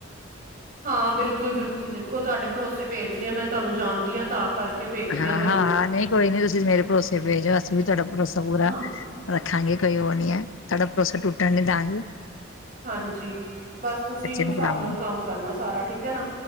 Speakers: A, on the right; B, on the left.
A: ਹਾਂ ਬਿਲਕੁਲ -ਬਿਲਕੁਲ, ਦੇਖੋ ਤੁਹਾਡੇ ਭਰੋਸੇ ਭੇਜ ਰਹੀ ਹਾਂ ਮੈਂ ਤੁਹਾਨੂੰ ਜਾਣਦੀ ਹਾਂ ਤਾਂ ਕਰਕੇ ਭੇਜ ਰਹੀ
B: ਹਾਂ
A: ਤੁਹਾਨੂੰ
B: ਹਾਂ ਹਾਂ ਨਹੀਂ ਕੋਈ ਨੀ ਤੁਸੀਂ ਮੇਰੇ ਭਰੋਸੇ ਭੇਜ ਦਓ ਅਸੀਂ ਵੀ ਤੁਹਾਡਾ ਭਰੋਸਾ ਪੂਰਾ
A: ਹਾਂ
B: ਰੱਖਾਂਗੇ ਕੋਈ ਉਹ ਨੀ ਹੈ, ਤੁਹਾਡਾ ਭਰੋਸਾ ਟੁੱਟਣ ਲਦਾਂਗੇ
A: ਹਾਂਜੀ, ਬਸ ਤੁਸੀਂ ਉਸ
B: ਨੂੰ
A: ਹਿਸਾਬ
B: ਪੜਾਵਾਂਗੇ।
A: ਨਾਲ ਕੰਮ ਕਰਨਾ ਸਾਰਾ, ਠੀਕ ਹੈ ਨਾ